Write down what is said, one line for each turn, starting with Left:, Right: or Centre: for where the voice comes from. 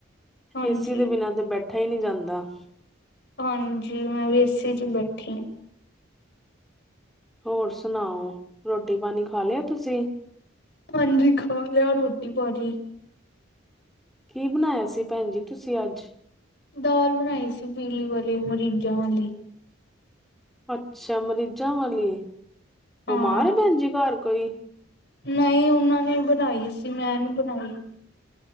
Left: ਹਾਂਜੀ
Centre: ਏਸੀ ਦੇ ਬਿਨਾਂ ਤੇ ਬੈਠਾ ਈ ਨੀ ਜਾਂਦਾ।
Left: ਹਾਂਜੀ ਮੈਂ ਵੀ ਏ ਸੀ ਚ ਬੈਠੀ ਆਂ।
Centre: ਹੋਰ ਸੁਣਾਓ ਰੋਟੀ ਪਾਣੀ ਖਾ ਲਯਾ ਤੁਸੀਂ?
Left: ਹਾਂਜੀ ਖਾ ਲਯਾ ਰੋਟੀ ਪਾਨੀ।
Centre: ਕੀ ਬਨਾਯਾ ਸੀ ਭੈਣ ਜੀ ਤੁਸੀਂ ਅੱਜ?
Left: ਦਾਲ ਬਣਾਈ ਸੀ ਪੀਲੀ ਵਾਲੀ ਮਰੀਜ਼ਾਂ ਵਾਲੀ।
Centre: ਅੱਛਾ, ਮਰੀਜ਼ਾਂ ਵਾਲੀ
Left: ਹਾਂ
Centre: ਬਿਮਾਰ ਏ ਭੈਣ ਜੀ ਘਰ ਕੋਈ?
Left: ਨਹੀਂ ਉਹਨਾਂ ਨੇ ਬਣਾਈ ਸੀ ਮੈਂ ਨੀ ਬਣਾਈ।